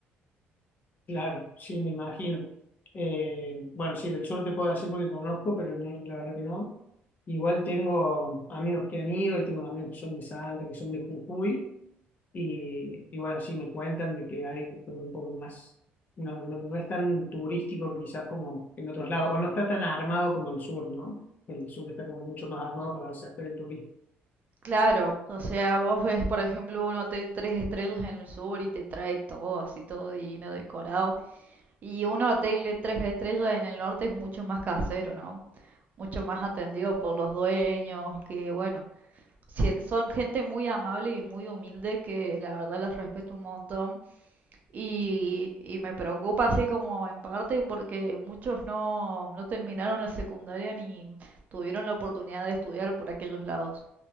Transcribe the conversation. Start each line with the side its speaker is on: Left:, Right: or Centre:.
Left: Claro, sí, me imagino. Eh, bueno, sí, del sur te puedo decir porque conozco, pero no, la verdad que no. Igual tengo amigos que han ido y tengo amigos que son de Salta, que son de Jujuy, Y, y bueno, sí, me cuentan de que hay como un poco más, no, no, no es tan turístico quizás como en otros lados, o no está tan armado como el sur, ¿no? El sur está como mucho más armado para hacer el turismo.
Right: Claro, o sea, vos ves, por ejemplo, un hotel tres estrellas en el sur y te trae todo así, todo divino, decorado, y un hotel de tres estrellas en el norte es mucho más casero, ¿no? Mucho más atendido por los dueños, que bueno, si- son gente muy amable y muy humilde que la verdad los respeto un montón. Y, y me preocupa así como en parte porque muchos no, no terminaron la secundaria ni tuvieron la oportunidad de estudiar por aquellos lados.